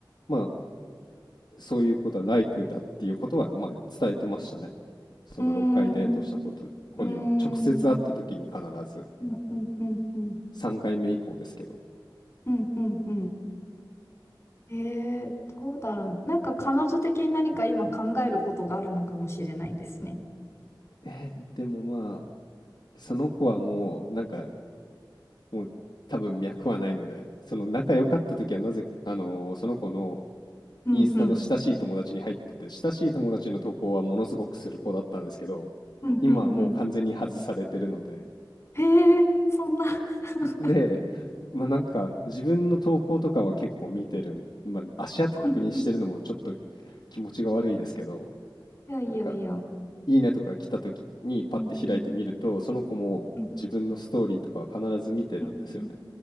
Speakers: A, on the left; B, on the left.
A: まあ、そういうことは like だっていうことは、まあ、伝えてましたね。その6回デートしたこと、
B: うーん。う
A: 子には、
B: ーん。
A: 直接会った時に必ず、
B: うんうんうんうん。
A: 3回目以降ですけど。
B: うんうんうん。えー、どうだろう。なんか彼女的に何か今考えることがあるのかもしれないですね。
A: えーでもまあ、その子はもう、なんか、もう多分脈はないので、その仲良かった時はなぜ、あのーその子の
B: うんうん。
A: インスタの親しい友達に入ってて、親しい友達の投稿はものすごくする子だったんですけど、
B: うんうんうん。
A: 今はもう完全に外されてるので、
B: へえ、そんな。<laughs>
A: で、まあなんか自分の投稿とかは結構見てるん、まあ足跡確認してるのもちょっと
B: うんうん。い
A: 気持ちが悪いですけど、
B: やいやいや。
A: なんかいいねとか来た時にパッて開いてみると、
B: うんうん
A: その子も自分のストーリーとかは必ず見てるんですよね。
B: うんうんうん